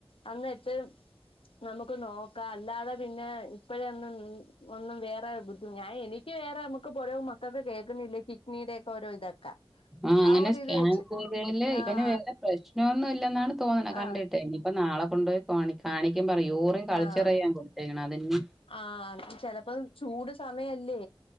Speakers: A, on the left; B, in the centre.
A: അന്ന് വെച്ച് നമുക്ക് നോക്കാം അല്ലാതെ പിന്നെ ഇപ്പഴേ ഒന്നും ഒന്നും വേറെ ബുദ്ധി ഞാൻ എനിക്ക് വേറെ നമുക്കിപ്പോരോ മക്കക്ക് കേക്കുന്നില്ലേ കിഡ്നിയുടെ ഒക്കെ ഓരോ ഇത്.
B: ആഹ് അങ്ങനെ
A: ആ ഒരു
B: സ്കാൻ
A: വെച്ച്
B: ചെയ്തേല്
A: ആഹ്
B: ഇവനെ വേറെ പ്രശ്നമൊന്നും ഇല്ലെന്നാണ് തോന്ന്ണെ കണ്ടിട്ട്.
A: ആഹ്
B: ഇനിയിപ്പ നാളെ കൊണ്ടുപോയി കോണി കാണിക്കുമ്പറിയോ മൂത്രം കൾച്ചെറെയ്യാൻ
A: ആഹ്
B: കൊടുത്തേക്കണം. അതിഞ്ഞി
A: ആഹ് ചെലപ്പം ചൂട് സമയല്ലേ